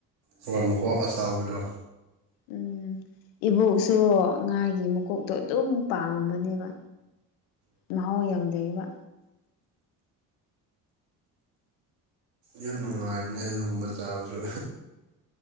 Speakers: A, on the right; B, on the left.
A: ꯍꯣꯏ ꯃꯀꯣꯛ ꯑꯆꯧꯕꯗꯣ
B: ꯎꯝ ꯏꯕꯣꯛꯁꯨ ꯉꯥꯒꯤ ꯃꯀꯣꯛ ꯇꯣ ꯑꯗꯨꯝ ꯄꯥꯝꯕꯅꯦꯕ ꯃꯍꯥꯎ ꯌꯥꯝ ꯂꯩꯌꯦꯕ
A: ꯌꯥꯝ ꯅꯨꯡꯉꯥꯏꯕꯅꯦ ꯑꯗꯨꯒꯨꯝꯕ ꯆꯥꯕꯁꯨ